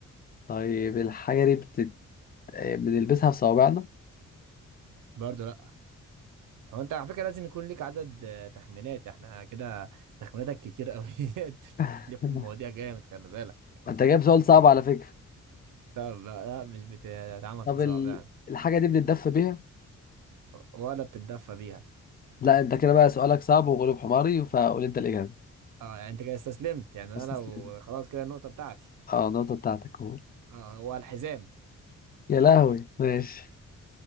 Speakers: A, on the left; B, on the right.
A: طيب الحاجة دي بتت... آه، بنلبسها في صوابعنا
B: برضه لا هو انت على فكرة لازم يكون ليك عدد آه، تخمينات احنا كده تخميناتك كتير قوي <laughs>
A: <laughs>
B: تلف المواضيع جامد خلي بالك
A: انت جايب سؤال صعب على فكرة
B: طب لا مش بتتعمل
A: طب
B: في صوابع
A: ال...
B: يعني
A: الحاجة دي بنتدفى بيها؟
B: ولا بتتدفى بيها
A: لا انت كده بقى سؤالك صعب وغلب حماري فقول انت الإجابة
B: اه يعني انت كده استسلمت يعني
A: استسلم
B: انا لو خلاص كده النقطة بتاعتي
A: اه النقطة بتاعتك قول
B: اه هو الحزام
A: يا لهوي ماشي